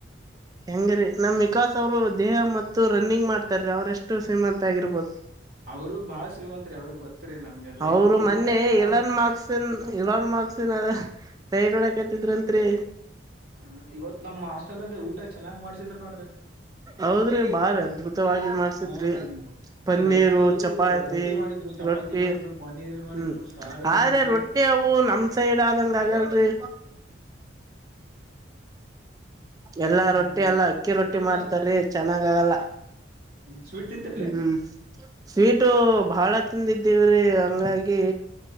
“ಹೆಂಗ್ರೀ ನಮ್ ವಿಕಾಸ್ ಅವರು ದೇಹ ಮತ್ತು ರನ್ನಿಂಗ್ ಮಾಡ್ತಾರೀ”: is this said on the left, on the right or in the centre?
Right